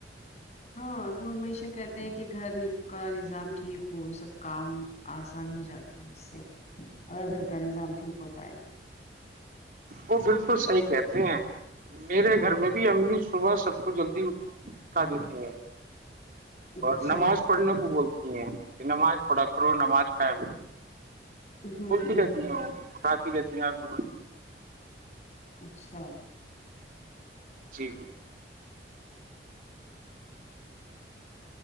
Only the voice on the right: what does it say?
وہ بالکل صحیح کہتے ہیں میرے گھر میں بھی امی صبح سب کو جلدی کھ دیتی ہیں
اور نماز
پڑھنے کو بولتے تی ہے نماز پڑا کرو نماز قائم
بولتی
رہتی
ہیں وہ اٹھاتی رہتی ہیں ہر روز
جی